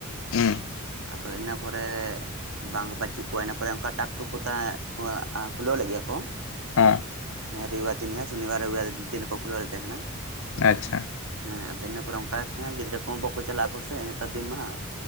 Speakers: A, on the left (about 65°); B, on the right (about 65°).
A: ᱦᱩᱸ
B: ᱟᱫᱚ ᱤᱱᱟᱹ ᱯᱚᱨᱮ ᱵᱟᱝ ᱵᱟᱹᱪᱩᱜ ᱠᱚᱣᱟ ᱤᱱᱟᱹ ᱯᱚᱨᱮ ᱚᱱᱠᱟ ᱴᱟᱠ ᱴᱩᱠ ᱠᱚᱛᱟ ᱠᱷᱩᱞᱟᱹᱣ ᱞᱮᱫ ᱜᱮᱭᱟ ᱠᱚ
A: ᱦᱮᱸ
B: ᱦᱮᱸ ᱨᱚᱵᱤᱵᱟᱨ ᱫᱤᱱ ᱜᱮ ᱥᱚᱱᱤᱵᱟᱨ ᱨᱚᱵᱤᱵᱟᱨ ᱫᱤᱱ <unintelligible> ᱞᱮ ᱛᱟᱦᱮᱸ ᱠᱟᱱᱟ
A: ᱟᱪᱪᱷᱟ
B: ᱦᱮᱸ ᱟᱫᱚ ᱤᱱᱟᱹ ᱯᱚᱨᱮ ᱚᱱᱠᱟ ᱦᱜ ᱜᱤᱫᱽᱨᱟᱹ ᱠᱚ ᱵᱟᱠᱚ ᱪᱟᱞᱟᱜ ᱟᱠ ᱠᱚᱥᱮ ᱱᱮᱛᱟᱨ ᱫᱤᱱ ᱢᱟᱜ